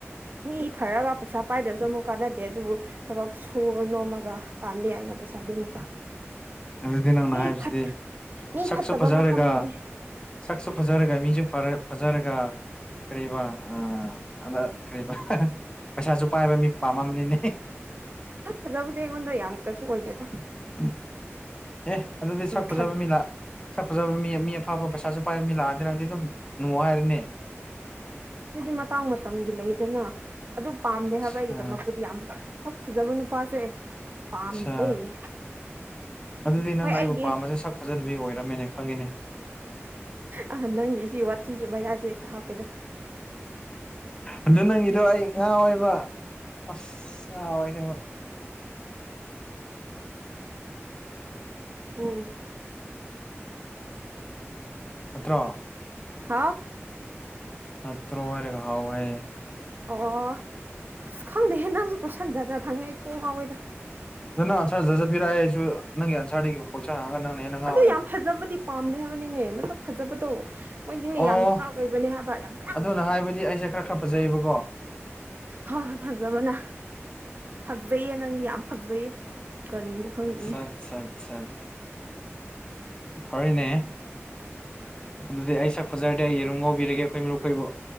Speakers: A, on the right (about 40°); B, on the left (about 20°).
A: ꯃꯤ ꯐ ꯔꯒ ꯄꯩꯁꯥ ꯄꯥꯏꯗ꯭ꯔꯁꯨ ꯑꯃꯨꯛ ꯀꯥꯟꯅꯗꯦ ꯑꯗꯨꯕꯨ ꯊꯕꯛ ꯁꯨꯔ ꯅꯣꯝꯃꯒ ꯇꯥꯟꯕ ꯌꯥꯏ ꯑꯅ ꯄꯩꯁꯥꯗꯤ ꯑꯃꯨꯛꯀ
B: <inaudible> ꯑꯗꯨꯗꯤ ꯅꯪꯅ
A: ꯃꯤ
B: ꯍꯥꯏꯕꯁꯤꯗꯤ
A: ꯐꯠ ꯃꯤ
B: ꯁꯛꯁꯨ
A: ꯐꯠꯇꯕ
B: ꯐꯖꯔꯒ
A: ꯃꯐꯝꯗꯨꯗꯤ
B: ꯁꯛꯁꯨ ꯐꯖꯔ ꯐꯔꯒ ꯐꯖꯔꯒ ꯀꯔꯤꯕ ꯑ ꯑꯉꯛ ꯀꯔꯤꯕ ꯄꯩꯁꯥꯁꯨ ꯄꯥꯏꯕ ꯃꯤ ꯄꯥꯝꯃꯝꯅꯤꯅꯦ
A: ꯆꯞ ꯐꯖꯕꯗ ꯌꯦꯡꯉꯣꯟꯗ꯭ꯔ ꯌꯥꯝꯃ ꯀꯩꯁꯨ ꯑꯣꯏꯣꯏꯗꯦꯗ
B: <unintelligible> ꯑꯦ ꯑꯗꯨꯗꯤ ꯁꯛ ꯐꯖꯕ
A: ꯐꯖ
B: ꯃꯤ ꯂ ꯁꯛ ꯐꯖꯕ ꯃꯤ ꯃꯤ ꯑꯐꯥꯕ ꯄꯩꯁꯥꯁꯨ ꯄꯥꯏꯕ ꯃꯤ ꯂꯥꯛ ꯑꯗꯤ ꯅꯪꯗꯤ ꯑꯗꯨꯝ ꯅꯨꯡꯉꯔꯅꯤ
A: ꯑꯗꯨꯗꯤ ꯃꯇꯥꯡ ꯃꯇꯝꯒꯤ ꯂꯩꯗꯅ ꯑꯗꯨ ꯄꯥꯝꯗꯦ ꯍꯥꯏꯕ
B: ꯁꯥ
A: ꯑꯩꯒꯤꯗꯃꯛꯇꯨꯗꯤ ꯌꯥꯝ ꯐꯖꯕ ꯅꯨꯄꯥꯁꯦ ꯄꯥꯝꯗꯦ
B: ꯁꯥ ꯑꯗꯨꯗꯤ ꯅꯪꯅ
A: ꯍꯣꯏ
B: ꯑꯩꯕꯨ
A: ꯑꯩꯒꯤ
B: ꯄꯥꯝꯕꯁꯦ ꯁꯛ ꯐꯖꯗꯕꯤ ꯑꯣꯏꯔꯝꯃꯦꯅꯦ ꯈꯪꯡ
A: ꯑ ꯅꯪꯒꯤ ꯁꯤ ꯋꯥꯊꯤꯁꯦ ꯃꯌꯥꯏꯗꯩꯩ ꯍꯥꯞꯄꯦꯗ
B: ꯑꯗꯨ ꯅꯪꯒꯤꯗꯣ ꯑꯩ ꯉꯥꯎ ꯋꯦꯕ ꯑꯁ ꯉꯥꯎꯑꯦ ꯑꯁꯦꯡꯕ
A: ꯎꯝ
B: ꯅꯠꯇ꯭ꯔꯣ
A: ꯍꯥ
B: ꯅꯠꯇ꯭ꯔꯣ ꯍꯥꯏꯔꯒ ꯍꯥꯎ ꯍꯥꯏ
A: ꯑꯣ ꯑꯁ ꯈꯪꯗꯦ ꯍꯦꯟ ꯅꯪꯁꯨ ꯀꯣꯏꯁꯟꯖꯠꯖꯥ ꯍꯪꯉꯦ ꯀꯣꯛ ꯉꯥꯎꯋꯤꯗ
B: ꯅ ꯎꯟꯁꯔ ꯖꯠ ꯖꯠ ꯄꯤꯔꯛ ꯑ ꯑꯩꯁꯨ ꯅꯪꯒꯤ ꯑꯟꯁꯔꯗꯒꯤ ꯀꯣꯏꯁꯟꯑꯒ ꯅꯪꯅ ꯍꯦꯟꯅ ꯉꯥꯎꯋꯦ
A: ꯑꯗꯨ ꯌꯥꯝ ꯐꯖꯕꯗꯤ ꯄꯥꯝꯗꯦ ꯍꯥꯏꯕꯅꯤꯅꯦ ꯃꯁꯛ ꯐꯖꯕꯗꯣ ꯃꯣꯏꯗꯤꯅꯦ
B: ꯑꯣ
A: ꯌꯥꯝ ꯄ꯭ꯔꯥꯎꯠ ꯑꯣꯏꯕꯅꯦ ꯍꯥꯏꯕ ꯌꯥꯝ
B: ꯑꯗꯨꯅ ꯍꯥꯏꯕꯗꯤ ꯑꯩꯁꯦ ꯈꯔ ꯈꯔ ꯐꯖꯩꯌꯦꯕ
A: ꯍ ꯐꯖꯕꯅ ꯍꯠꯍꯩꯌꯦ ꯅꯪꯗꯤ ꯌꯥꯝ ꯐꯠꯍꯩꯌꯦ ꯀꯔꯤꯅꯣ ꯈꯪꯗꯦꯅꯦ
B: ꯑꯠꯆꯥ ꯑꯠꯆꯥ ꯑꯠꯆꯥ ꯐꯔꯤꯅꯦ ꯑꯗꯨꯗꯤ ꯑꯩ ꯁꯛ ꯐꯖꯔꯗꯤ ꯑꯩ ꯌꯦꯔꯨꯝꯒꯧ <unintelligible>